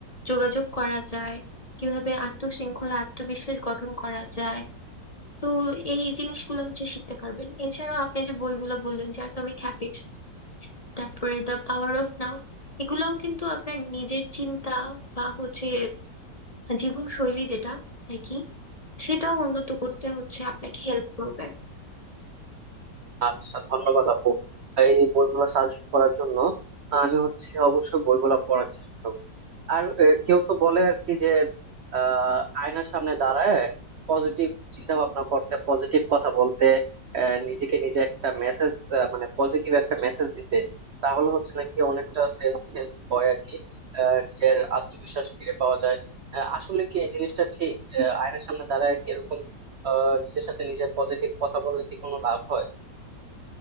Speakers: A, on the left; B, on the right.
A: যোগাযোগ করা যায় কিভাবে আত্মশৃঙ্খলা আত্মবিশ্বাস গঠন করা যায় তো এই জিনিসগুলো হচ্ছে শিখতে পারবেন এছাড়াও আপনি যে বইগুলো বললেন যে অ্যাটমিক হ্যাবিটস তারপরে দ্য পাওয়ার অফ নাও এগুলাও কিন্তু আপনার নিজের চিন্তা বা হচ্ছে জীবন শৈলী যেটা আর কি সেটাও উন্নত করতে হচ্ছে আপনাকে হেল্প করবে
B: আচ্ছা ধন্যবাদ আপু এই বইগুলো সাজেশন করার জন্য আমি হচ্ছে অবশ্যই বইগুলো পড়ার চেষ্টা করবো আর আহ, কেউ কেউ বলে আর কি যে আহ, আয়নার সামনে দাঁড়ায় পজিটিভ চিন্তা ভাবনা করতে পজিটিভ কথা বলতে আহ, নিজেকে নিজে একটা মেসেজ মানে পজিটিভ একটা মেসেজ দিতে তাহলে হচ্ছে নাকি অনেকটা সেলফ হেল্প হয় আর কি আহ, নিজের আত্মবিশ্বাস ফিরে পাওয়া যায় আহ, আসলে কি এই জিনিসটা ঠিক আহ, আয়নার সামনে দাঁড়ায় কি এরকম আহ, নিজের সাথে নিজের পজিটিভ কথা বললে কি কোনো লাভ হয়